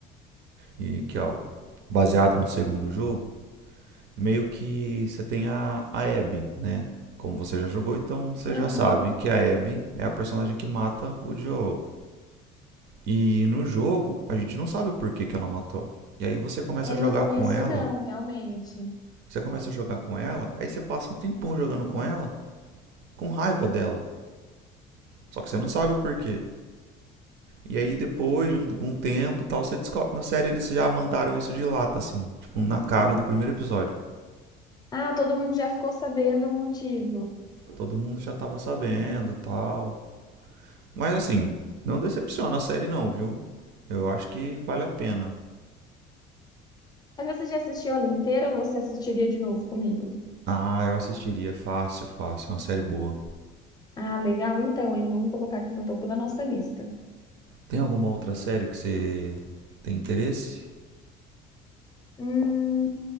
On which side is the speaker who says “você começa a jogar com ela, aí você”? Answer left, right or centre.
Right